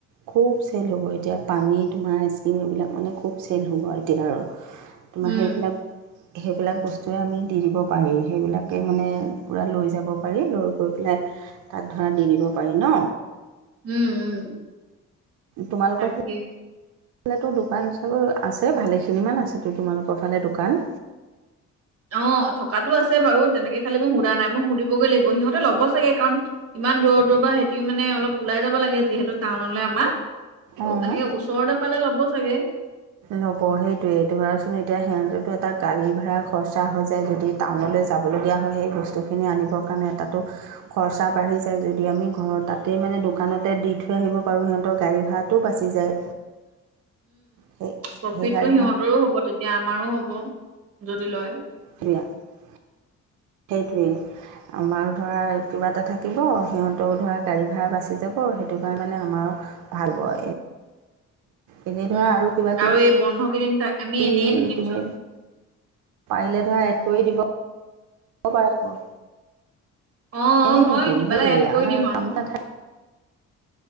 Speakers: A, on the right; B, on the right.
A: খুব চেল হ'ব এতিয়া পানী তোমাৰ আইচক্ৰীম এইবিলাক মানে খুব চেল হ'ব এতিয়া আৰু তোমাৰ
B: উম,
A: সেইবিলাক সেইবিলাক বস্তুৱে আমি দি দিব পাৰি সেইবিলাকে মানে পুৰা লৈ যাব পাৰি লৈ গৈ পেলাই। তাত ধৰা দি দিব পাৰি ন।
B: উম উম।
A: তোমালোকৰ।
B: তাকে।
A: ফালেতো দোকান চাগৈ আছে ভালেখিনিমান আছেতো তোমালোকৰ ফালে দোকান
B: অ থকাতটো আছে বাৰু তেনেকে খালি মই সুধা নাই মই সুধিবগ লাগ সহতে লব চাগে কাৰণ ইমান দূৰ দূৰ সহতি মে অলপ ওলাই াই যাব লাগে যিহেতু টাউনলৈ আমাৰ ত
A: অঁ
B: এনেকে ওচৰতে পালে ল'ব চাগে।
A: লব সেইটোয়েইটো বচোন এতিয়া সিহঁততো এটা গাড়ী ভড়া খৰচা হৈ যায় যদি টাউনলৈ। যাব লগীয়া হয় সেই বস্তু খিনি আনিব কাৰণে এটা টো খৰচা বাঢ়ি যায় যদি আমি ঘৰ তাতে মানে দোকানতে দি থৈ আহিব পাৰোঁ সিহঁতৰ গা়ৰি ভৰাটো বাচি যায় সেই
B: প্ৰফিটটো
A: সেই গাড়ী
B: সিহঁতৰো
A: ভাড়া
B: হ'ব তেতিয়া আমাৰো হ'ব যদি লয়
A: <unintelligible> সেইটোৱে। আমাৰ ধৰা কিবা এটা থাকিব সিহঁতেও ধৰা গাড়ী ভাড়া বাচি যাব সেইটো কাৰণে আমাৰ ভাল বয়। এনেই ধৰা
B: উম,
A: আৰু কিবা কিবি
B: এই বন্ধ কেইদিন তাক আমি
A: <unintelligible>
B: এনেয়ে থাকিমচোন
A: তুমি। পাৰিলে ধৰা এড কৰি দিব পাৰে।
B: অ', অ',
A: এনেই
B: মই
A: থাকিম
B: কিবা
A: সেইটোয়ে
B: এটা এড কৰি
A: আমাৰ
B: দিম আৰু
A: কাম এ থাক